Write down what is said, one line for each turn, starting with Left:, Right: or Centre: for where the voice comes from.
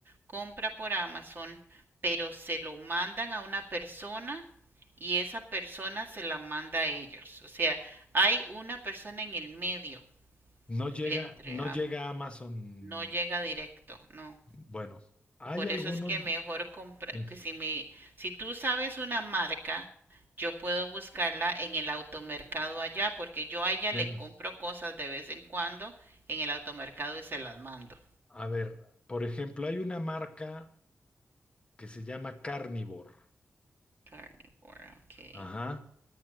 Right: compra por Amazon, pero se lo mandan a una persona y esa persona se la manda a ellos. O sea, hay una persona en el medio
Left: No llega,
Right: entre,
Left: no
Right: am-
Left: llega a Amazon.
Right: no llega directo, ¿no?
Left: Bueno, hay
Right: Por
Left: algunos,
Right: eso es que mejor comprar,
Left: sí,
Right: que si me, si tú sabes una marca, yo puedo buscarla en el automercado allá, porque yo a ella
Left: sí.
Right: le compro cosas de vez en cuando en el automercado y se las mando.
Left: A ver, por ejemplo, hay una marca. que se llama Carnivore,
Right: Carnivora, ok,
Left: ajá,